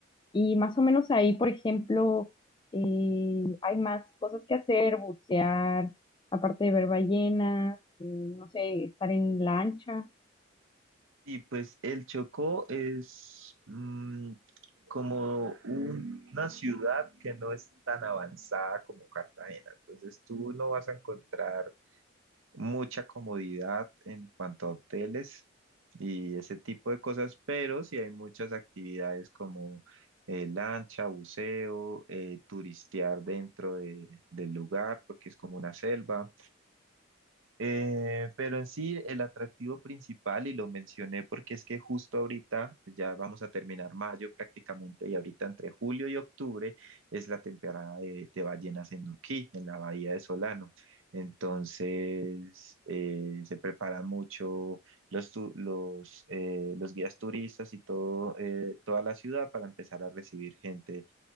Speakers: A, on the left; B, on the right.
A: Y más o menos ahí, por ejemplo, eh, hay más cosas que hacer, bucear, aparte de ver ballenas, eh, no sé, estar en lancha.
B: Y pues el Chocó es mm, como un- una ciudad que no es tan avanzada como Cartagena. Entonces tú no vas a encontrar mucha comodidad en cuanto a hoteles y ese tipo de cosas, pero sí hay muchas actividades como eh, lancha, buceo, eh, turistear dentro de- del lugar, porque es como una selva. Eh, pero en sí, el atractivo principal, y lo mencioné porque es que justo ahorita, ya vamos a terminar mayo prácticamente, y ahorita entre julio y octubre es la temporada de, de ballenas en Nuquí, en la bahía de Solano. Entonces, eh, se preparan mucho los, tu- los, eh, los guías turistas y todo, eh, toda la ciudad para empezar a recibir gente